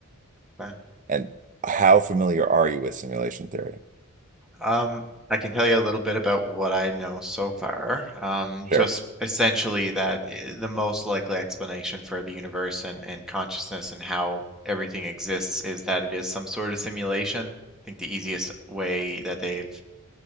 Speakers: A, in the centre; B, on the right (about 35°).
A: but,
B: And how familiar are you with simulation theory?
A: Um, I can tell you a little bit about what I know so far. Um,
B: Sure.
A: just essentially that i- the most likely explanation for the universe and, and consciousness and how everything exists is that it is some sort of simulation. I think the easiest way that they've